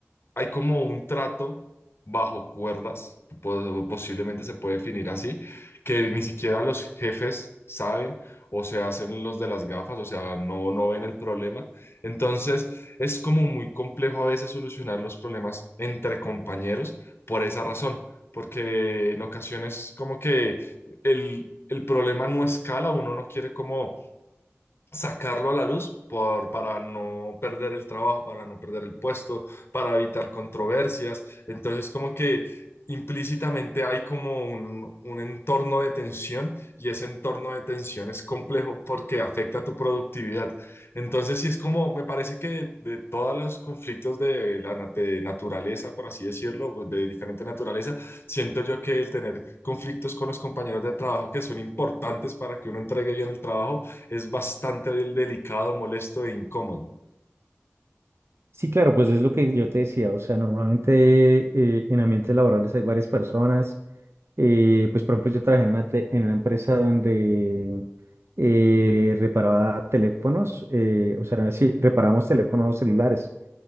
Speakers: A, on the left; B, on the right.
A: hay como un trato bajo cuerdas, po- posiblemente se puede definir así, que ni siquiera los jefes saben o se hacen los de las gafas, o sea, no, no ven el problema. Entonces, es como muy complejo a veces solucionar los problemas entre compañeros por esa razón, porque en ocasiones como que el, el problema no escala, uno no quiere como sacarlo a la luz por, para no perder el trabajo, para no perder el puesto, para evitar controversias. Entonces, como que implícitamente hay como un, un entorno de tensión y ese entorno de tensión es complejo porque afecta a tu productividad. Entonces, sí es como, me parece que de, de todos los conflictos de la nat- de naturaleza, por así decirlo, de diferente naturaleza, siento yo que el tener conflictos con los compañeros de trabajo que son importantes para que uno entregue bien el trabajo, es bastante del- delicado, molesto e incómodo.
B: Sí, claro, pues es lo que yo te decía, o sea, normalmente eh, en ambientes laborales hay varias personas eh, pues por ejemplo yo trabajé en una, te- en una empresa donde eh, reparaba teléfonos, eh, o sea, sí, reparábamos teléfonos celulares.